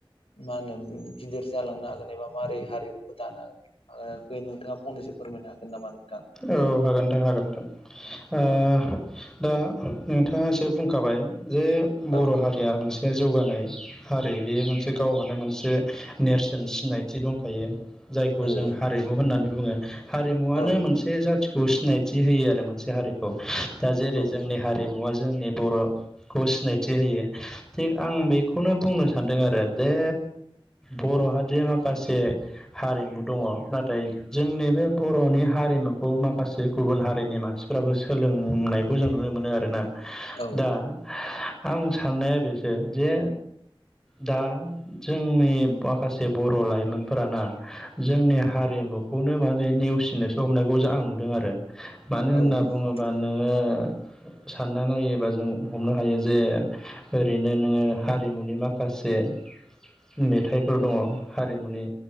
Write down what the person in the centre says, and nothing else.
औ हागोन दां हागोन दां
दा नोंथाङा एसे बुं खाबाय जे बर'
हारिया मोनसे जौगानाय हारि बेयो मोनसे गावहानो मोन मोनसे नेरसोन सिनायथि दंखायो जायखौ
जों
हारिमु होननानै बुङो। हारिमुवनो
मोनसे जाथिखौ सिनायथि होयो आरो मोनसे हारिखौ दा जेरै
जोंनि हारिमुवा जोंनि बर' खौ सिनायथि होयो थिग आं बेखौनो बुंनो सानदों आरो जे बर'हाद माखासे हारिमु दङ नाथाय जोंनि बे बर'नि हारिमुखौ माखासे गुबुन हारि हारिनि मानसिफ्राबो सोलोंनायखौ जों नुनो मोनो आरोना
दा आं साननाया बेसो जे दा जोंनि माखासे बर' लाइमोनफोराना जोंनि हारिमुखौनो माने नेवसिनोसो हमनाय बे खौ आं नुदों आरो मानो होनना
बुङोबा नोङो सानना नायोबा जों हमनो हायो जे ओरैनो नोङो हारिमुनि माखासे से मेथाइफोर दङ हारिमुनि